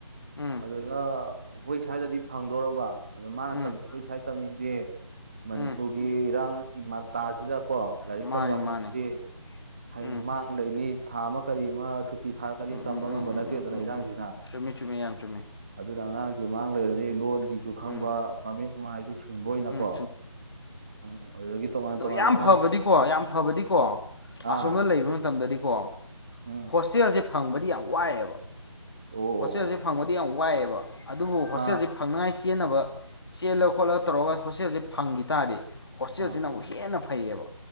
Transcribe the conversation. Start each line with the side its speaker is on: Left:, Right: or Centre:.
Left: ꯎꯝ
Right: ꯑꯗꯨꯅ ꯑꯩꯈꯣꯏ ꯁ꯭ꯋꯥꯏꯗꯗꯤ ꯐꯪꯗꯣꯔꯕ ꯑꯗꯣ ꯃꯥꯅ
Left: ꯎꯝ
Right: ꯇꯧꯅꯤꯡꯈꯣꯏ ꯁꯨ꯭ꯋꯥꯏꯗ ꯇꯝꯅꯤꯡꯗꯦ ꯃꯅꯤꯄꯨꯔꯒꯤ
Left: ꯎꯝ
Right: ꯏꯔꯥꯡ ꯃꯇꯥꯁꯤꯗꯀꯣ ꯂꯥꯏꯔꯤꯛ
Left: ꯃꯥꯅꯤ
Right: ꯇꯝꯕ
Left: ꯃꯥꯅꯤ
Right: ꯍꯧꯅꯗꯤ ꯍꯥꯏ
Left: ꯎꯝ
Right: <unintelligible> ꯃꯥꯡ ꯂꯩꯅꯤ ꯊꯥ ꯑꯃ ꯀꯔꯤ ꯑꯃ ꯁꯨꯇꯤ ꯊꯥꯔꯛꯀꯔꯤ
Left: ꯎꯝ
Right: ꯇꯝꯕ
Left: ꯎꯝ
Right: ꯉꯝꯕ
Left: ꯎꯝ ꯎꯝ
Right: ꯅꯠꯇꯦꯗꯅ
Left: ꯎꯝ ꯎꯝ
Right: ꯏꯔꯥꯡꯁꯤꯅ
Left: ꯎꯝ ꯆꯨꯝꯃꯤ ꯆꯨꯝꯃꯤ ꯌꯥꯝ ꯆꯨꯝꯃꯤ
Right: ꯑꯗꯨꯅ ꯑꯉꯥꯡꯁꯦ ꯃꯥꯡ ꯂꯩꯔꯅꯤ ꯂꯣꯟꯒꯤꯁꯨ ꯈꯪꯕ
Left: ꯎꯝ
Right: ꯃꯃꯤꯠ ꯃꯃꯅꯥꯥꯏꯁꯨ ꯁꯤꯡꯕ ꯆꯕꯣꯏꯅꯀꯣ
Left: ꯎꯝ
Right: ꯎꯝ ꯑꯗꯨꯗꯒꯤ ꯇꯣꯉꯥꯟ ꯇꯣꯉꯥꯟꯕ
Left: ꯑ ꯌꯥꯝ ꯐꯕꯗꯤꯀꯣ
Right: ꯃꯥꯅ
Left: ꯌꯥꯝ ꯐꯕꯗꯤꯀꯣ ꯑꯁꯣꯝꯗ
Right: ꯑꯥ
Left: ꯂꯩꯕ ꯃꯇꯝꯗꯗꯤꯀꯣ
Right: ꯎꯝ
Left: ꯍꯣꯁꯇꯦꯜꯁꯦ ꯐꯪꯕꯗꯤ ꯌꯥꯝ ꯋꯥꯏꯑꯦꯕ
Right: ꯑꯣ
Left: ꯍꯣꯁꯇꯦꯜꯁꯦ
Right: ꯑꯣ
Left: ꯐꯪꯕꯗꯤ ꯌꯥꯝ ꯋꯥꯏꯑꯦꯕ ꯑꯗꯨꯕꯨ ꯍꯣꯁꯇꯦꯜꯁꯦ
Right: ꯑꯥ
Left: ꯐꯪꯅꯉꯥꯏ ꯆꯦꯟꯅꯕ ꯆꯦꯜꯂ ꯈꯣꯠꯂ ꯇꯧꯔꯒ ꯍꯣꯁꯇꯦꯜꯁꯦ ꯐꯪꯈꯤ ꯇꯥꯔꯗꯤ ꯍꯣꯁꯇꯦꯜꯁꯤꯅ
Right: ꯑꯥ
Left: ꯑꯃꯨꯛ ꯍꯦꯟꯅ ꯐꯩꯌꯦꯕ